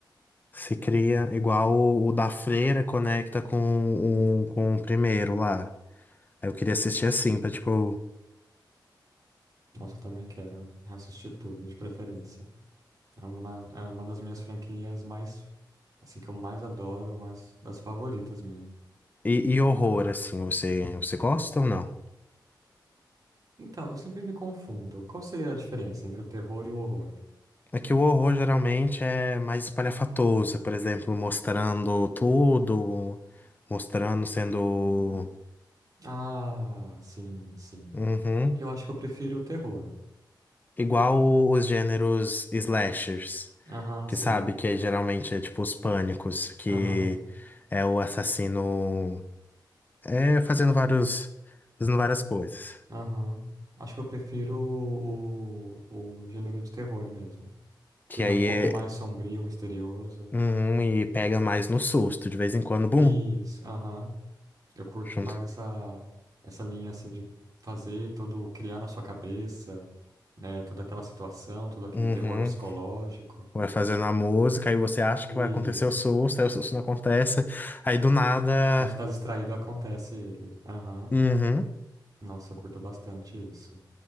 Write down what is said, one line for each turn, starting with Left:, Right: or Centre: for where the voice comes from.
Left: se cria igual o, o da Freira conecta com o, com o primeiro lá. Aí Eu queria assistir assim, pra tipo.
Right: Nossa, eu também quero reassistir tudo, de preferência. É uma, é uma das minhas franquias mais, assim, que eu mais adoro, mais das favoritas minhas.
Left: E, e horror, assim, você, você gosta ou não?
Right: Então, eu sempre me confundo. Qual seria a diferença entre o terror e o horror?
Left: É que o horror geralmente é mais espalhafatoso, por exemplo, mostrando tudo, mostrando sendo.
Right: Ah, sim, sim.
Left: Uhum.
Right: Eu acho que eu prefiro o terror.
Left: Igual o- os gêneros slashers,
Right: Aham,
Left: que
Right: sei.
Left: sabe que é- geralmente é tipo os pânicos, que
Right: Aham,
Left: é o assassino é fazendo vários, fazendo várias coisas.
Right: aham. Acho que eu prefiro o, o, o gênero de terror mesmo.
Left: Que
Right: Que ele
Left: aí
Right: é um pouco
Left: é.
Right: mais sombrio, misterioso.
Left: Uhum, e pega mais no susto, de vez em quando, bum,
Right: Isso, aham. Eu curto
Left: junto.
Right: mais essa, essa linha assim de fazer todo, criar na sua cabeça, né? Toda aquela situação, todo aquele
Left: Uhum.
Right: terror psicológico.
Left: Vai fazendo a música, aí você acha
Right: Isso.
Left: que vai acontecer o susto, aí o susto não acontece, aí do nada.
Right: Quando você tá distraído, acontece ele. Aham.
Left: Uhum.
Right: Nossa, eu curto bastante isso.